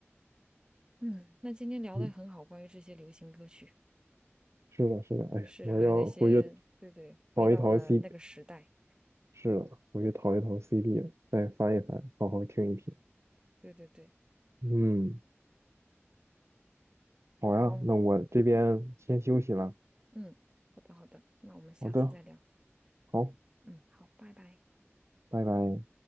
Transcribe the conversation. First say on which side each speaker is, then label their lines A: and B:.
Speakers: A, on the right; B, on the right.
A: 嗯，那今天聊的很好，
B: 嗯，
A: 关于这些流行歌曲，
B: 是的，是的。哎呀，
A: 是，
B: 我要回去
A: 还有那些，对对，回到了那个时代，
B: 淘一淘 CD，是的，回去淘一淘 CD，再翻一翻，好好听一听。
A: 对对对，
B: 嗯，好呀，
A: 好，
B: 那我这边先休息了。
A: 嗯，好的好的，那我们下次再聊，
B: 好的，好，
A: 嗯，好，拜拜。
B: 拜拜。